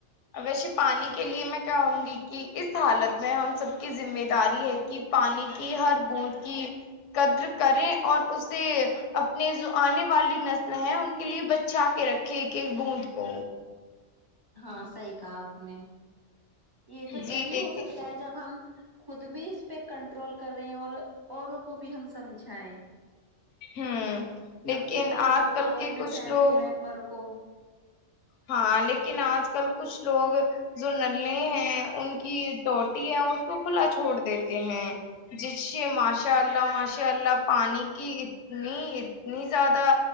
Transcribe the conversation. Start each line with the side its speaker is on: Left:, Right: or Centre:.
Left: ویسے پانی کے لیے میں کہوں گی کہ اس حالت میں ہم سب کی ذمہ داری ہے کہ پانی کی ہر بوند کی قدر کریں اور اسے اپنے جو آنے والی نسل ہے ان کے لیے بچا کے رکھے ایک ایک بوند کو
Right: ہاں صحی کہا آپ نے یہ تو
Left: جی
Right: جبھی
Left: لیکن
Right: ہو سکتا ہے جب ہم خود بھی اس پہ کنٹرول کرے اور اوروں کو بھی ہم سمجھیں
Left: ہوں لیکن
Right: اپنے بچوں
Left: آج کل
Right: کو اپنے
Left: کے کچھ
Right: فیملی
Left: لوگ
Right: ممبر کو
Left: ہاں لیکن آج کل کچھ لوگ جو نلے ہیں ان کی ٹوٹی ہے اس کو کھلا چھوڑ دیتے ہیں جس سے ماشاء اللہ ماشاء اللہ پانی کی اتنی اتنی زیادہ